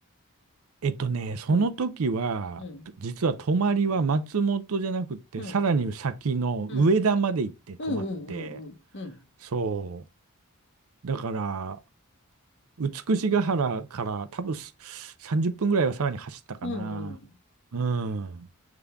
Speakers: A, on the right (about 70°); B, on the left (about 55°).
A: えっとね、その時は、
B: うん。うん。
A: 実は泊まりは松本じゃなくて、
B: うん。
A: さらに先の上田まで行って泊まって、
B: うん。うんうんうんうん。うん。
A: そう。だから、美しが原から多分す30分ぐらいはさらに走ったかな。
B: うんうん。
A: うん。